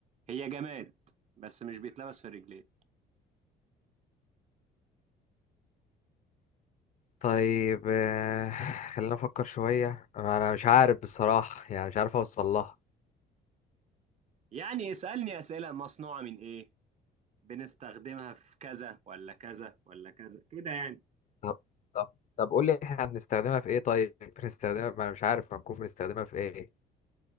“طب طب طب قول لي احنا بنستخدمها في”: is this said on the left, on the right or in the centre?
Left